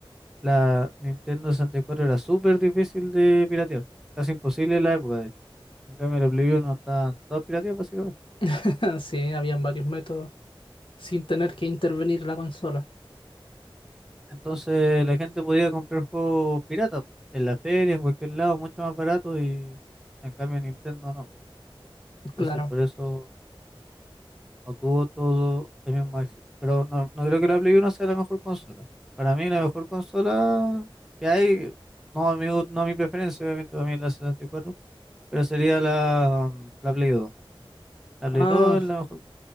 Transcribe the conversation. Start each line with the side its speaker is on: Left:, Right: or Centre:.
Centre: La Nintendo sesenta y cuatro era súper difícil de piratear, casi imposible en la época, de hecho. En cambio, la Play 1 estaban todas pirateadas, básicamente.
Left: <laughs> Sí, habían varios métodos sin tener que intervenir la consola.
Centre: Entonces, la gente podía comprar juegos piratas en la feria, en cualquier lado, mucho más barato, y en cambio, Nintendo no.
Left: Claro.
Centre: Entonces, por eso no tuvo todo el mismo éxito. Pero no, no creo que la Play Uno sea la mejor consola. Para mí, la mejor consola que hay, no a mi, gu- no a mi preferencia, obviamente, para mí es la sesenta y cuatro pero sería la, la Play dos Ableton,
Left: Ah,
Centre: la mejor.